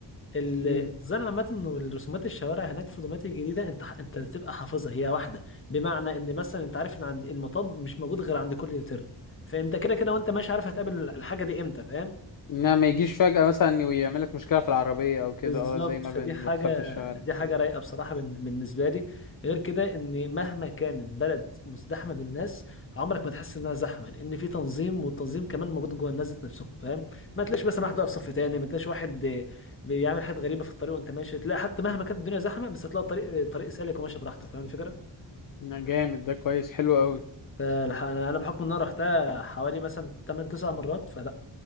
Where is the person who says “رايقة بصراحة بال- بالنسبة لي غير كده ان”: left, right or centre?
Left